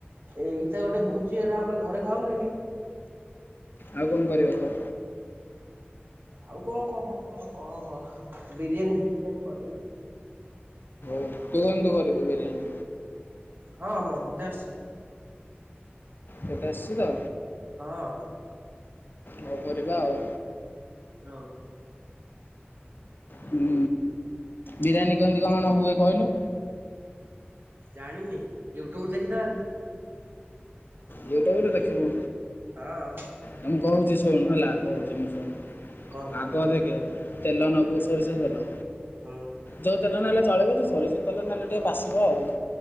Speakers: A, on the right; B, on the left.
A: ଏଇଟା ଗୋଟେ ଭୋଜି ଏରା ଆମେ ଘରେ ଖାଉନେ କି?
B: ଆଉ କଣ କରିବା କହ?
A: ଆଉ କଣ କହ କଣ କଅ ବିରିୟାନୀ ଫିରିୟାନୀ କରିଆ।
B: ଉଁ ତୁ କିନ୍ତୁ କରିବୁ ବିରିୟାନୀ।
A: ହଁ ମ-ମତେ ଆସଚି
B: ତତେ ଆସଚି ତ?
A: ହଁ।
B: ହୋଉ କରିବା ଆଉ।
A: ହୋଉ।
B: ହୁଁ ବିରିୟାନୀ କେମିତି କଣ ହୁଏ କହିଲ?
A: ଜାଣିନି ୟୁଟ୍ୟୁବରୁ ଦେଖିଦବାନି।
B: ୟୁଟୁବରେ ଦେଖିବୁ।
A: ହଁ।
B: ନାଇଁ ମୁଁ କୋହୁଚି ଶୁଣ ହେଲା କୋହୁଚି ମୁଁ ଶୁଣୁ
A: କହ କହ
B: ଆଗ ଦେଖେ ତେଲ ନୋବୁ ଶୋରିଷ ତେଲ।
A: ହୁଁ
B: ଯୋଉ ତେଲ ନେଲେ ଚଳିବ ଯେ ଶୋରିଷ ତେଲ ନେଲେ ଟିକେ ବାସିବ ଆଉ